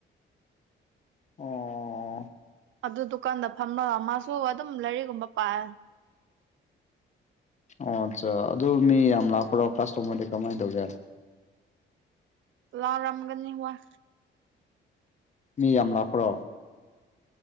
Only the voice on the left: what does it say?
ꯑꯣ
ꯑꯣ ꯑꯠꯆꯥ ꯑꯗꯨ ꯃꯤ ꯌꯥꯝ ꯂꯥꯛꯄ꯭ꯔꯣ ꯀꯥꯁꯇꯣꯃꯔꯗꯤ ꯀꯃꯥꯏ ꯇꯧꯒꯦ
ꯃꯤ ꯌꯥꯝ ꯂꯥꯛꯄ꯭ꯔꯣ